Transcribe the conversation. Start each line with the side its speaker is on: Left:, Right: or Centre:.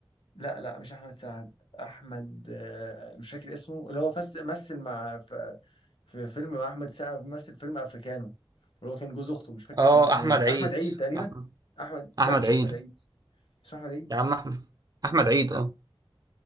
Left: لا لا مش احمد سعد احمد آه، مش فاكر اسمه اللي هو فس مثل مع في, في فيلم مع احمد سعد مثل فيلم افريكانو اللي هو كان جوز اخته مش فاكر
Right: اه
Left: كان اسمه
Right: احمد
Left: ايه
Right: عيد
Left: احمد عيد تقريبا
Right: احمد
Left: احمد
Right: احمد
Left: لا مش
Right: عيد
Left: احمد عيد اسمه احمد عيد
Right: يا عم احمد احمد عيد اه